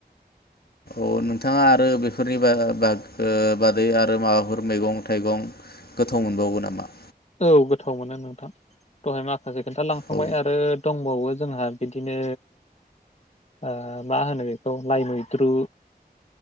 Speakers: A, on the left; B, on the left.
A: अ नोंथाङा आरो बेफोरनि बा-बाग ओ बादै आरो माबाफोर मैगं थाइगं गोथाव मोनबावो नामा?
B: औ गोथाव मोनो नोंथां। दहाय माखासे खिन्थालांखांबाय
A: औ
B: आरो दं फुवावबो जोंहा बिदिनो ओ मा होनो बेखौ लाइ मैद्रु